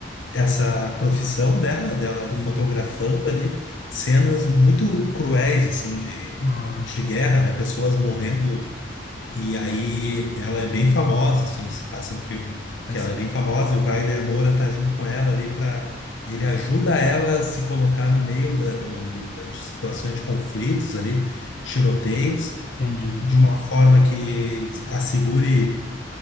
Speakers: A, on the left (about 75°); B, on the left (about 50°).
A: essa profissão dela, dela
B: Sim.
A: fotografando ali cenas muito cruéis, assim, de,
B: Ah,
A: de guerra, né? Pessoas morrendo
B: sim.
A: e aí ela é bem famosa, assim, se passa no filme
B: Interessante.
A: que ela é bem famosa, e o Wagner Moura tá junto com ela ali para ele ajuda ela a se colocar no meio da, do- do- da- de situações de conflitos ali, tiroteios,
B: Entendi.
A: de uma forma que assegure